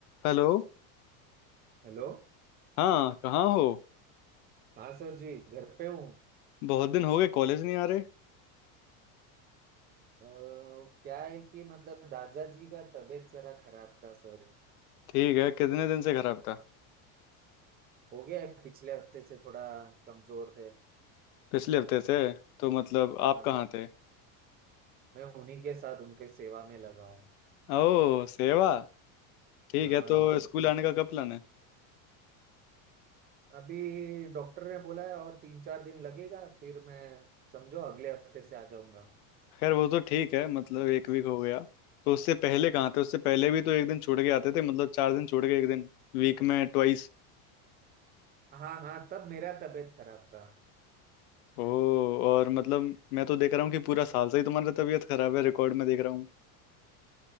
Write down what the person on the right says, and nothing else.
Hello
हाँ sir जी घर पे हूँ
अ, क्या है कि मतलब दादाजी का तबीयत जरा खराब था सर
हो गया है पिछले हफ्ते से थोड़ा कमजोर थे
हाँ
मैं उन्हीं के साथ उनके सेवा में लगा हूँ
हाँ
उन-
अभी डॉक्टर ने बोला है और तीन चार दिन लगेगा फिर मैं समझो अगले हफ्ते से आ जाऊंगा
हाँ हाँ तब मेरा तबीयत खराब था